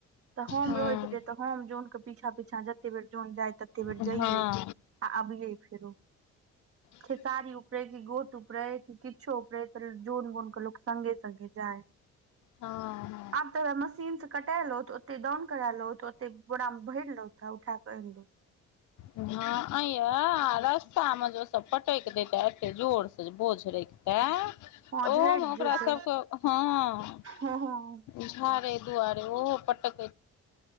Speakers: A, on the right; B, on the left.
A: तऽ हम
B: हँ
A: रहै छलियै तऽ हम जन के पीछा पीछा जते बेर जाइ तऽते फेर
B: हँ
A: जाइए अबियए फेरो खेसारी
B: ह <inaudible>
A: उऊपरे कि गोट उपरे कि किछो उऊपरे त जोन बोन के लोको सगे स्गे जाय <inaudible>
B: हँ
A: आब तऽ मशीन से कटेलो तऽ ओते दउन करेलो त ओते घोड़ा मे भरलो उठा कल <inaudible>
B: हँ आ य आ रास्ता मे जे ओ सब पटक देता एते जोर से बोझ ल त
A: हँ
B: ओहोमे
A: झड़ि
B: ओकरा
A: जेतौ
B: सबके हँ
A: हँ हँ
B: झाड़े दुआरे ओहो पटक